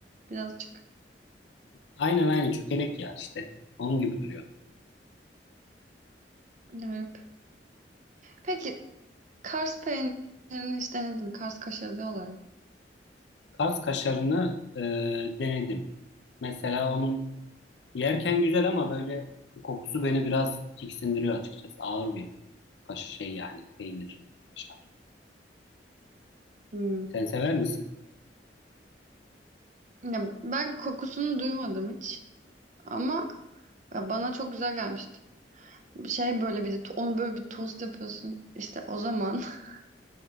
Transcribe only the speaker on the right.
birazcık.
Garip. Peki Kars peynirini hiç denedin mi? Kars kaşarı diyorlar ya.
Hmm.
Ya ben kokusunu duymadım hiç. Ama ya bana çok güzel gelmişti. Bir Şey böyle bir de to- onu böyle bir tost yapıyorsun. İşte o zaman. <laughs>